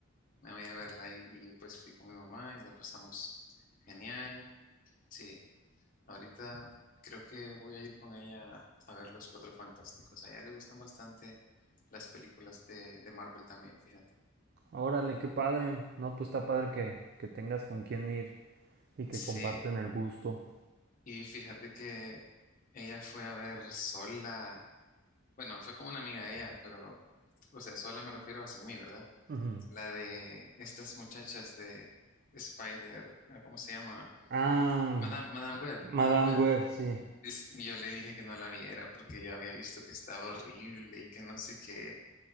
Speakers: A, on the left; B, on the right.
A: me voy a verla, y, y pues fui con mi mamá y la pasamos genial, sí, ahorita creo que voy a ir con ella a ver Los Cuatro Fantásticos, a ella le gustan bastante las películas de, de Marvel también, fíjate.
B: Órale, qué padre. No, pues está padre que, que tengas con quién ir y que
A: Sí,
B: comparten el gusto.
A: y fíjate que ella fue a ver sola, bueno, fue como una amiga de ella, pero, o sea, sola me refiero a sin mí, ¿verdad?
B: Ujú.
A: La de estas muchachas de Spider, ah, ¿cómo se llama?
B: Ah,
A: Madame, Madame Web,
B: Madame
A: Madame Web.
B: Web, sí.
A: Dice- Yo le dije que no la viera porque yo había visto que estaba horrible y que no sé qué,